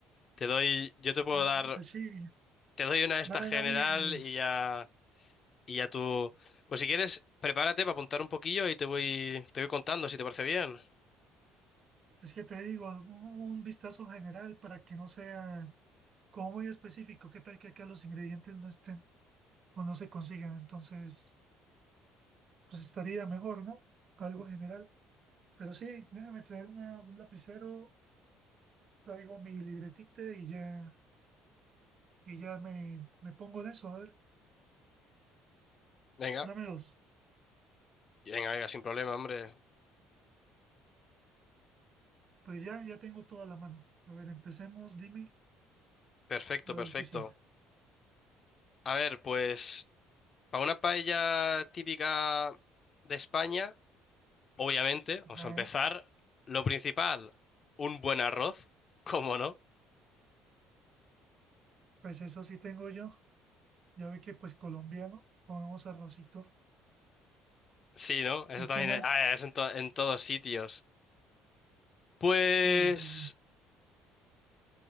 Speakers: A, on the left (about 35°); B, on the right (about 40°).
A: te doy, yo te puedo
B: pues,
A: dar,
B: pues sí,
A: te doy una de esta
B: dame,
A: general
B: dame.
A: y ya, y ya tú, pues si quieres, prepárate para apuntar un poquillo y te voy, te voy contando si te parece bien.
B: Es que te digo, un un vistazo general para que no sea como muy específico, qué tal que acá los ingredientes no estén o no se consigan, entonces pues estaría mejor, ¿no? Algo general. Pero sí, déjame traer una- un lapicero, traigo mi libretita y ya, y ya me, me pongo en eso, a ver,
A: Venga,
B: dame dos.
A: venga, venga, sin problema, hombre.
B: Pues ya, ya tengo toda la mano. A ver, empecemos, dime,
A: Perfecto,
B: a
A: perfecto.
B: ver si sí.
A: A ver, pues para una paella típica de España, obviamente, vamos
B: Ajá,
A: a empezar. Lo principal, un buen arroz, <laughs> ¿cómo no?
B: pues eso sí tengo yo. Ya ve que pues colombiano, comemos arrocito.
A: Sí, ¿no? Eso
B: ¿Y
A: también
B: qué más?
A: es, a ver, es en, to- en todos sitios. Pues,
B: Sí, pues,